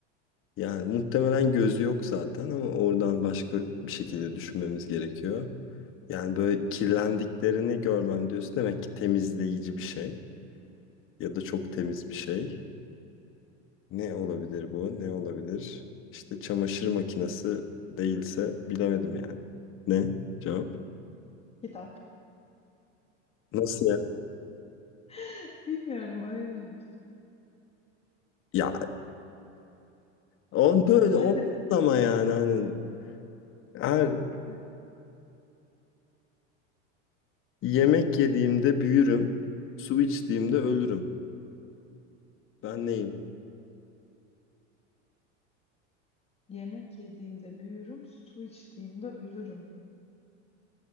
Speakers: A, on the left; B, on the left.
A: Yani muhtemelen gözü yok zaten ama oradan başka bir şekilde düşünmemiz gerekiyor. Yani böyle kirlendiklerini görmem diyorsun demek ki temizleyici bir şey ya da çok temiz bir şey. Ne olabilir bu? Ne olabilir? İşte çamaşır makinesi değilse bilemedim yani. Ne? Cevap?
B: Kitap.
A: Nasıl ya?
B: <laughs> Bilmiyorum öyleymiş.
A: Ya on böyle
B: Hadi.
A: on ama yani hani her
B: Hadi.
A: yemek yediğimde büyürüm, su içtiğimde ölürüm. Ben neyim?
B: Yemek yediğimde büyürüm, su içtiğimde ölürüm.